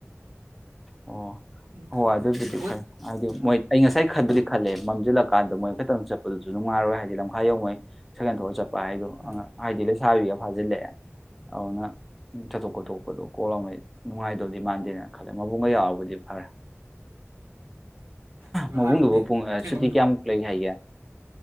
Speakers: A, in the centre; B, on the right.
A: ꯑꯣ
B: ꯑꯗꯨꯝ
A: ꯍꯣꯏ
B: ꯀꯩ ꯍꯥꯏꯅꯤ
A: ꯑꯗꯨꯕꯨꯗꯤ
B: ꯍꯣꯏ
A: ꯐꯩ ꯍꯥꯏꯗꯤ
B: ꯎꯝ
A: ꯃꯣꯏ ꯑꯩ ꯉꯁꯥꯏ ꯈꯟꯕꯗꯤ ꯈꯜꯂꯦ ꯃꯝꯁꯤꯜꯂꯀꯥꯟꯗ ꯃꯣꯏ ꯈꯤꯪ ꯆꯠꯄꯗꯨꯁꯨ ꯅꯨꯡꯉꯥꯏꯔꯣꯏ ꯍꯥꯏꯗꯤ ꯂꯝꯈꯥꯏ ꯌꯧꯉꯩ ꯁꯒꯦꯟ ꯊꯣꯛꯑꯒ ꯆꯠꯄ ꯍꯥꯏꯗꯣ
B: ꯎꯝ
A: ꯍꯥꯏꯗꯤ ꯂꯩꯁꯥꯕꯤ ꯐꯥꯖꯤꯜꯂꯛꯑꯦ ꯑꯗꯨꯅ ꯆꯠꯊꯣꯛ ꯈꯣꯊꯣꯛꯄꯗꯣ ꯀꯣꯜꯂꯝꯉꯩ ꯅꯨꯡꯉꯥꯏꯗꯧꯗꯤ ꯃꯥꯟꯗꯦꯅ ꯈꯜꯂꯦ ꯊꯣꯡꯕ ꯌꯥꯎꯕꯗꯤ ꯐꯔꯦ
B: ꯑꯗꯣ
A: ꯃꯕꯨꯡꯗꯨꯕꯨ
B: ꯍꯥꯟꯅꯕꯨꯗꯤ
A: ꯄꯨꯡ
B: ꯀꯩꯅꯣꯝꯗꯣ
A: ꯁꯨꯇꯤ ꯀꯌꯥꯃꯨꯛ ꯂꯩ ꯍꯥꯏꯒꯦ